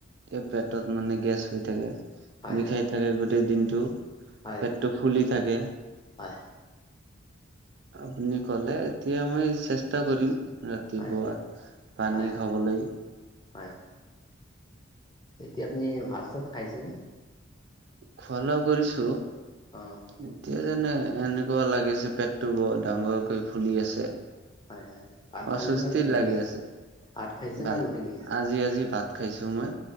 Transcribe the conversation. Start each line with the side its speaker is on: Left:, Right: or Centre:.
Right: এই পেটত মানে গেছ হৈ থাকে,
Left: হয়
Right: বিষাই
Left: হয়
Right: থাকে গোটেই দিনটো।
Left: হয়
Right: পেটটো ফুলি থাকে।
Left: হয়
Right: আপুনি ক'লে, এতিয়া মই চেষ্টা কৰিম ৰাত ৰাতিপুৱা
Left: হয়
Right: পানী
Left: হয়
Right: খাবলৈ।
Left: হয়। এতিয়া আপুনি ভাত চাত খাইছেনে?
Right: খোৱা লোৱা কৰিছো।
Left: অ'।
Right: এতিয়া যেনে এনেকুৱা লাগিছে, পেটটো বৰ ডাঙৰকৈ ফুলি আছে।
Left: হয় হয় ভাত খালে
Right: অস্বস্তিৰ
Left: না ৰুটি
Right: লাগি
Left: খাইছে?
Right: আছে।
Left: ভাত খাইছে
Right: ভাত,
Left: না ৰুটি খাইছে?
Right: আজি-আজি ভাত খাইছো মই।